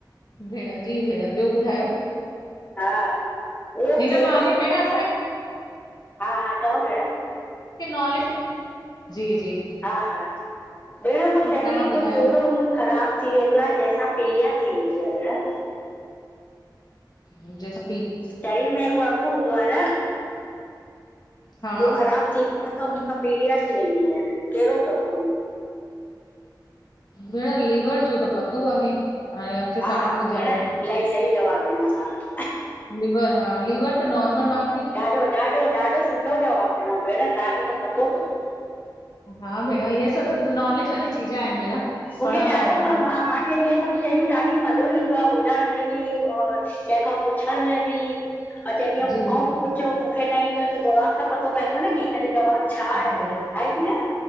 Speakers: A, on the left; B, on the left.
A: भेण जी भेण ॿियो ॿुधायो।
B: हा उहो
A: हिन
B: केड़ो,
A: बहाने भेण असांखे
B: हा हा चओ भेण।
A: मुखे नॉलेज, जी-जी।
B: हा हा, भेण उह शरीर
A: तव्हां
B: जो
A: ॿुधायो
B: केड़ो अंग ख़राब थी वेंदो आहे, जेंसां पीलिया थी वेंदी आ भेण।
A: मुंजे सा
B: शरीर में हिक अंग हूंदो आ न,
A: हा
B: जो ख़राब थी व हा त हुनसा पीलिया थी वेंदी आहे, केड़ो थव उहो?
A: भेण लीवर जो त पतो आहे। हाणे अॻिते
B: हा
A: तव्हां
B: हा
A: ॿुधायो
B: भेण इलाही सही जवाब ॾिनो तव्हां।
A: लीवर हा लीवर त नॉर्मल मां
B: ॾाढो-ॾाढो-ॾाढो सुठो जवाब ॾिनो भेण तहांखे त पतो तव।
A: हा भेण, इअ सब त नॉलेज वारी चीज आहिन भेण।
B: मूंखे
A: पढ़ियल
B: ॾाढो
A: ऐं असां
B: म मांखे इअ सभ शयूं ॾाढी मज़ो ईंदो आ ॿुधण में बि और केखों पुछण में बि। ऐं चवंदी आयां
A: जी
B: मूंखां बि पुछो मूंखे न ईंदो त जवाब त पतो पवंदो न की हिन जो जवाब छा
A: जी
B: आहे भेण आए कि न।